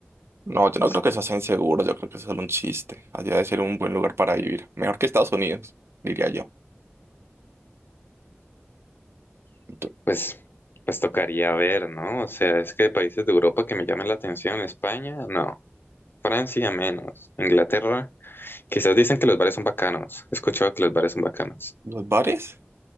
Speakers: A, on the right (about 75°); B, on the left (about 55°).
A: No, yo no
B: O
A: creo que eso sea inseguro, yo creo que es solo un chiste. Allá debe ser un buen lugar para vivir. Mejor que Estados Unidos, diría yo. Ento-
B: Pues, pues tocaría ver, ¿no? O sea, es que de países de Europa que me llamen la atención, España, no. Francia, menos. Inglaterra, quizás dicen que los bares son bacanos. He escuchado que los bares son bacanos.
A: ¿Los bares?